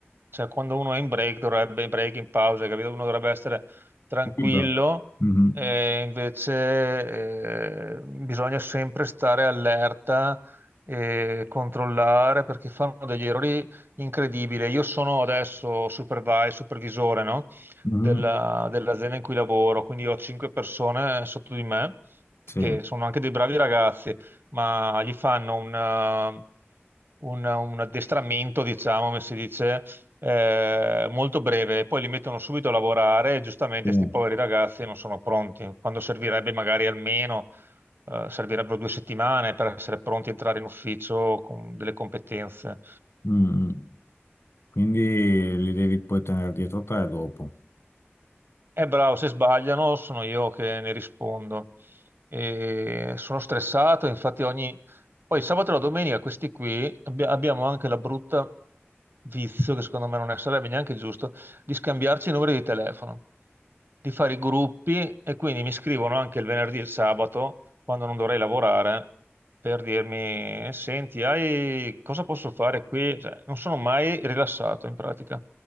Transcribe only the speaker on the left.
Libero. Mhm,
mhm,
Sì,
sì,
mm. Quindi li devi poi tenere dietro te dopo.